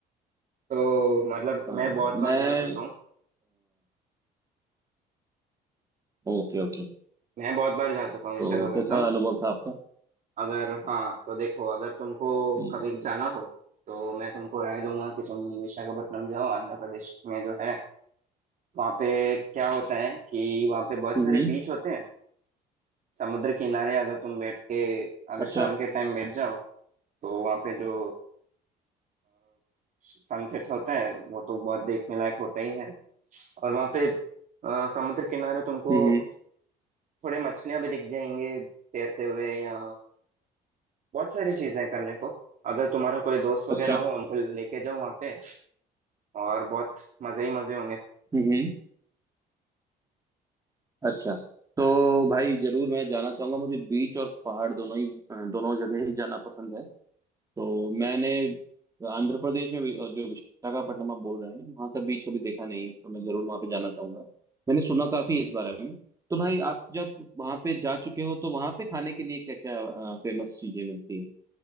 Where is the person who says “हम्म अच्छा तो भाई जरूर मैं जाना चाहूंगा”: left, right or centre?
Right